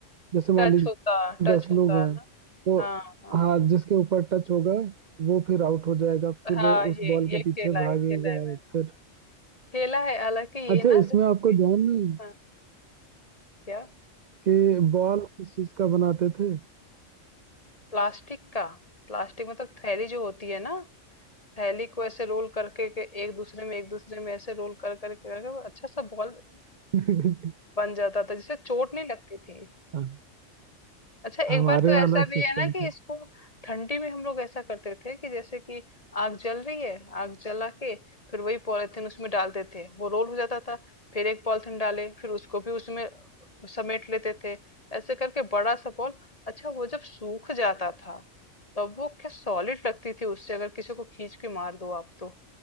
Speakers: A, on the right (about 60°); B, on the left (about 30°).
A: जैसे मान
B: टच
A: लीजिए
B: होता टच
A: दस
B: होता
A: लोग हैं
B: ना
A: तो
B: हाँ हाँ
A: हाँ जिसके ऊपर टच होगा वो फिर आउट हो जाएगा फिर
B: हाँ
A: वो उस
B: ये
A: बॉल के
B: ये खेला
A: पीछे भागेगा
B: है खेला है मैंने
A: फिर
B: खेला है हालांकि ये
A: अच्छा
B: ना जैसे
A: इसमें आपको
B: कि
A: ध्यान नहीं
B: हाँ क्या
A: कि बॉल किस चीज का बनाते थे
B: प्लास्टिक का प्लास्टिक मतलब थैली जो होती है ना थैली को ऐसे रोल करके के एक दूसरे में एक दूसरे में ऐसे रोल कर कर कर कर अच्छा सा बॉल
A: <laughs>
B: बन जाता था जिससे चोट नहीं लगती थी
A: हाँ,
B: अच्छा
A: हमारे
B: एक बार तो
A: यहाँ
B: ऐसा
A: अलग
B: भी
A: सिस्टम
B: है ना
A: था
B: कि इसको ठंडी में हम लोग ऐसा करते थे कि जैसे कि आग जल रही है आग जला के फिर वही पॉलिथीन उसमें डालते थे वो रोल हो जाता था फिर एक पॉलिथीन डाले फिर उसको भी उसमें समेट लेते थे ऐसे करके बड़ा सा बॉल अच्छा वो जब सूख जाता था तब वो क्या सॉलिड लगती थी उससे अगर किसी को खींच के मार दो आप तो